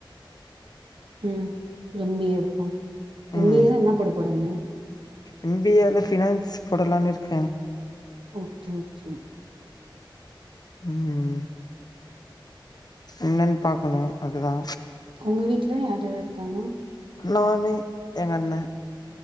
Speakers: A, on the right; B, on the left.
A: ம் எம் பி ஏ எப்போ எம்
B: ம்
A: பி ஏ ல என்ன போட போறீங்க
B: எம் பி ஏ ல ஃபினன்ஸ் போடலான்னு இருக்க
A: ஓகே ஓகே
B: ம் என்னென் பாக்கணு அது தா
A: உங்க வீட்ல யார் யார் இருக்காங்க
B: நானு எங்க அண்ண